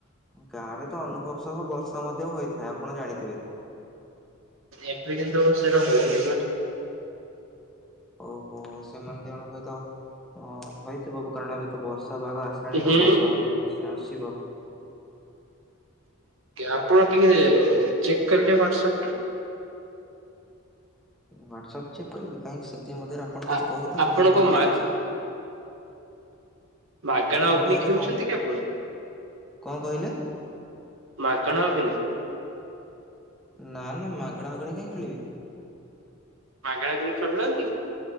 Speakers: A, in the centre; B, on the right.
A: ଗାଁ ରେ ତ ଅନୁଭବ ସହ ବର୍ଷା ମଧ୍ୟ ହୋଇଥାଏ ଆପଣ ଜାଣିଥିବେ।
B: ଏବେ କିନ୍ତୁ ସେଉରା ହଉନିପା।
A: ଓହୋ ସେମାନେ ଦି ଜଣ ହୁଏତ ଅ ହୋଇଥିବ ବ କାରଣ ଏବେ ତ ବର୍ଷା ପାଗ ଆସ ଲାଣି
B: ହୁଁ
A: ତ ବର୍ଷା ମଧ୍ୟ ଏବେ ନିଶ୍ଚୟ ଆସିବ।
B: ଆପଣ ଟିକେ ଚେକ୍ କଲେ ହ୍ୱାଟସଅପ୍ ଟା।
A: ହ୍ୱାଟସଅପ୍ ଚେକ୍ କରିବି କାହିଁକି ସେଥିମଧ୍ୟରେ ଆପଣ କିଛି
B: ଆ
A: କହୁଥାନ୍ତୁ
B: ଆପଣ
A: ନହେଲେ ତ
B: କଣ
A: ମତେ
B: ମା
A: କିଛି
B: ମାଗଣା
A: କଣ
B: ଅଗ୍ନି
A: କହିଲେ
B: ଖେଳୁଛନ୍ତି
A: କଣ
B: କି ଆପଣ?
A: କଣ କହିଲେ
B: ମାଗଣା ଅଗ୍ନି
A: ନା ନା ମାଗେଣା ଅଗଣି କାଇଁ ଖେଳିବି।
B: ମାଗେଣା କୁୁଣି ଖେଳୁନାହାଁନ୍ତି?